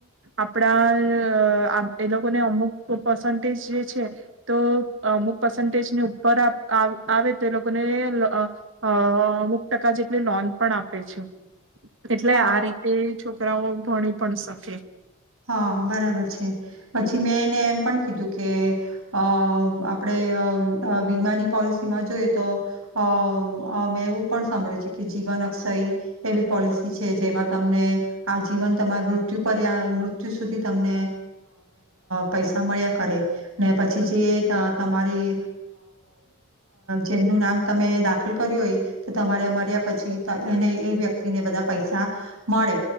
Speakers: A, on the right; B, on the right.
A: આપડા અ આપ એ લોકોને અમુક પર્સન્ટેજ જે છે તો અમુક પર્સન્ટેજને ઉપર આપ આવે તો એ લોકોને અ અમુક ટકા જે ને લોન પણ આપે છે એટલે
B: હા
A: આ રીતે છોકરી છોકરાઓ ભણી પણ શકે
B: હા, બરાબર છે પછી મેં એને એમ પણ કીધું કે અ આપણેે વીમાની પોલિસીમાં જોઈએ તો અ મેં એવું પણ સાંભળ્યું છે કે જીવન અક્ષય એવી પોલિસી છે જેમાં તમને આ જીવન તમાર મૃત્યુ પર્યાય સુધી તમને પૈસા મળ્યા કરે ને પછી જે તમારી જેમનું નામ તમે દાખલ કર્યું હોય તો તમારે મળ્યા પછી એને એ વ્યક્તિને બધા પૈસા મળે